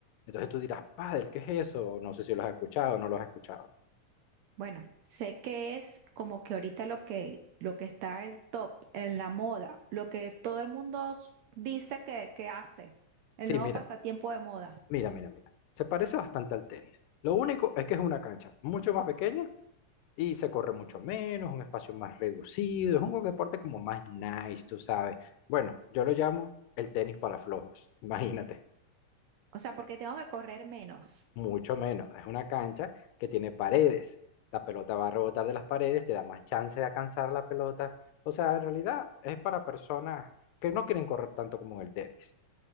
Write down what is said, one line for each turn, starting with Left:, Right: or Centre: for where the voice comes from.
Left: Entonces tú dirás, pádel, ¿qué es eso? No sé si lo has escuchado o no lo has escuchado.
Right: Bueno, sé que es como que ahorita lo que lo que está el top, en la moda, lo que todo el mundo s- dice que, que hace, el
Left: Sí,
Right: nuevo
Left: mira,
Right: pasatiempo de moda.
Left: mira, mira, mira. Se parece bastante al tenis. Lo único es que es una cancha mucho más pequeña y se corre mucho menos, un espacio más reducido, es un deporte como más nice, tú sabes. Bueno, yo lo llamo el tenis para flojos, <laughs> imagínate.
Right: O sea, porque tengo que correr menos.
Left: Mucho menos. Es una cancha que tiene paredes. La pelota va a rebotar de las paredes, te da más chance de alcanzar la pelota. O sea, en realidad es para personas que no quieren correr tanto como en el tenis.